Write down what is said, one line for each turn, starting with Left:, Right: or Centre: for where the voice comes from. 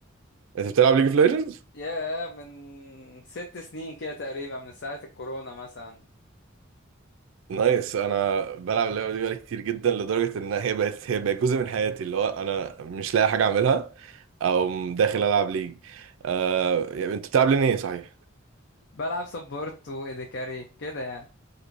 Right: انت بتلعب ليج اوف ليجندز؟
Left: يا من ست سنين كده تقريبا من ساعة الكورونا مثلا
Right: نايس انا بلعب اللعبة دي بقالي كتير جدا لدرجة ان هي بقت هي بقت جزء من حياتي اللي هو انا مش لاقي حاجة اعملها او داخل العب ليج آه يعني انت بتلعب لين ايه صحيح؟
Left: بلعب سبورت وايدي كاري كده يعني